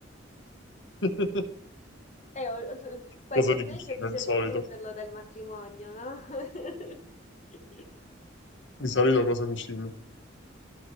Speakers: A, on the left (about 70°); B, on the left (about 40°).
A: <laughs>
B: Eh, o- o- qualche
A: Cosa ti
B: pregio
A: cucina
B: bisogna
A: di solito?
B: prenderlo dal matrimonio, no? <laughs>
A: Di solito cosa cucini?